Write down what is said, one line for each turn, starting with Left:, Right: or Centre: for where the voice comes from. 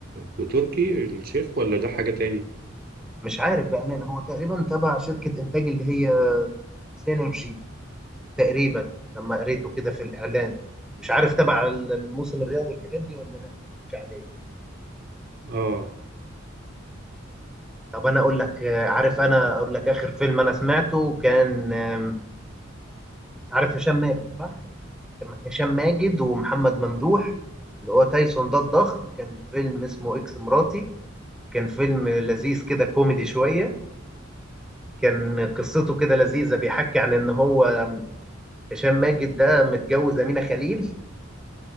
Right: وتركي الشيخ ولا ده حاجة تاني
Centre: مش عارف بأمانة هو تقريبا تبع شركة إنتاج اللي هي سينرجي تقريبا لما قريته كده في الإعلان مش عارف تبع الموسم الرياضي والحاجات دي ولا لا مش عليه
Right: اه
Centre: طب أنا أقول لك آه، عارف أنا أقول لك آخر فيلم أنا سمعته كان آم، عارف هشام ماجد صح؟ كان هشام ماجد ومحمد ممدوح اللي هو تايسون ده الضخم كان فيلم اسمه إكس مراتي كان فيلم لذيذ كده كوميدي شوية كان قصته كده لذيذة بيحكي عن إن هو هشام ماجد ده متجوز أمينة خليل